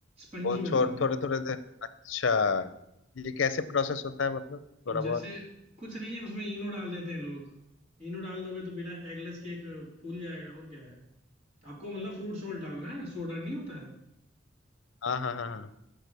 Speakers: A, on the right; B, on the left.
A: स्पंजी
B: वो
A: बनाना
B: छोड़
A: होता
B: थोड़े
A: है।
B: थोड़े देर अच्छा ये कैसे प्रोसेस होता है मतलब थोड़ा
A: अब जैसे
B: बहुत
A: कुछ नहीं है उसमें इनो डाल देते हैं लोग इनो डाल दोगे तो बिना एगलेस केक फूल जाएगा और क्या है आपको मतलब फ्रूट सॉल्ट डालना है सोडा नहीं होता है
B: हाँ हाँ हाँ हाँ